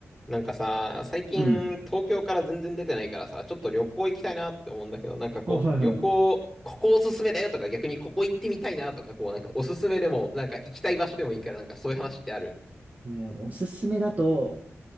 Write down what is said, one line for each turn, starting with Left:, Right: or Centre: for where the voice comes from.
Centre: なんかさ、最近東京から全然出てないからさ、
Right: うん。
Centre: ちょっと旅行行きたいなって思うんだけど、なんかこう、
Right: あ、はいは
Centre: 旅行、ここおすすめだよとか逆にここ行ってみたいなとか、こうなんかおすすめでも、なんか行きたい場所でもいいから、なんかそういう話ってある。
Right: い。ね、おすすめだと、